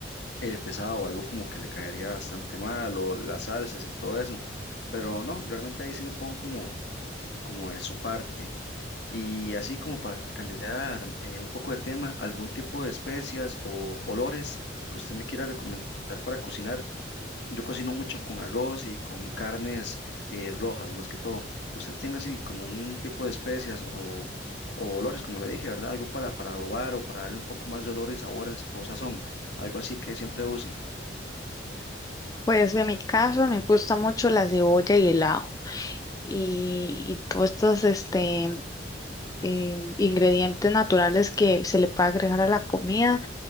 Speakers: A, on the left (about 65°); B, on the left (about 20°).
A: eh, pesado o algo como que le caería bastante mal o las salsas y todo eso, pero no, realmente ahí sí me pongo como, como de su parte. Y así como para cambiar eh, un poco de tema, algún tipo de especias o olores que usted me quiera recomendar para cocinar. Yo cocino mucho con arroz y con carnes eh, rojas, más que todo. ¿Usted tiene así como un tipo de especias o, o olores, como le dije, ¿verdad? Algo para, para adobar o para darle un poco más de olor y sabor al- o sazón, algo así que siempre use.
B: Pues en mi caso me gusta mucho la cebolla y el ajo y, y todos estos este, em, ingredientes naturales que se le puede agregar a la comida.